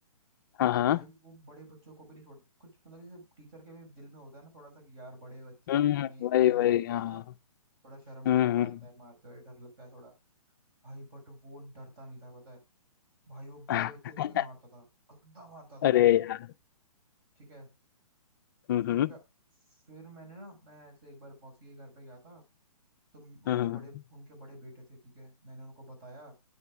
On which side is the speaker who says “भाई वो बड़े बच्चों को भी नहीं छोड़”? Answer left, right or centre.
Right